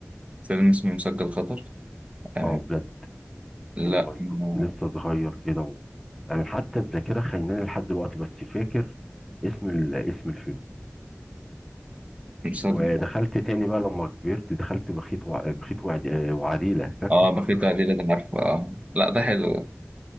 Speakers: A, on the right; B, in the centre.
A: فيلم اسمه مسجل خطر آه،
B: اه بجد
A: لا
B: والله
A: ما-
B: كنت لسه صغير كده و... انا حتى الذاكره خايناني لحد دلوقتي بس فاكر اسم ال... اسم الفيلم
A: مصدق
B: ودخلت تاني بقى لما كبرت دخلت بخيت وع... بخيت وعد... آه، وعديلة فاكره
A: اه
B: <laughs>
A: بخيت قليلة ده عارفه اه لا ده حلو